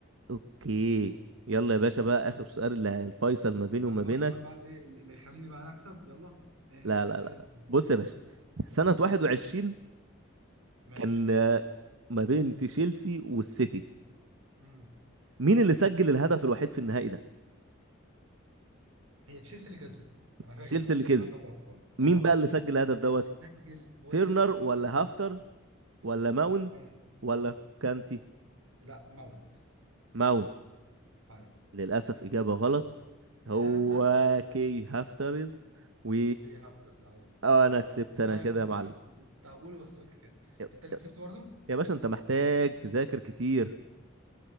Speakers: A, on the right (about 70°); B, on the right (about 85°).
A: اوكي يلا يا
B: ماشي
A: باشا بقى اخر سؤال اللي الفيصل ما بيني وما
B: يلا
A: بينك
B: بقى السؤال بقى الايه اللي يخليني بقى انا اكسب يلا ايه
A: لا لا
B: اسال
A: لا
B: انت
A: بص يا باشا سنه 21
B: ماشي
A: كان آه، ما بين تشيلسي والسيتي
B: امم
A: مين اللي سجل الهدف الوحيد في النهائي ده
B: هي تشيلسي اللي كسبت انا فاكر
A: تشيلسي
B: تشيلسي
A: اللي كسبت
B: خد دوري ابطال اه
A: مين بقى اللي سجل الهدف دوت
B: اللي سجل جول
A: فيرنر
B: لا
A: ولا
B: بص
A: هافتر ولا ماونت
B: ماشي
A: ولا كانتي
B: لا ماونت
A: ماونت
B: ايوه
A: للأسف إجابة غلط هو
B: ياه
A: كي هافترز و
B: هي هافترز ايوه
A: أه أنا كسبت
B: والله
A: أنا كده
B: كنت
A: يا معلم
B: حاسس كنت هقوله بس قلت كده
A: يا
B: انت اللي كسبت برضه
A: يا باشا أنت محتاج تذاكر كتير
B: <laughs>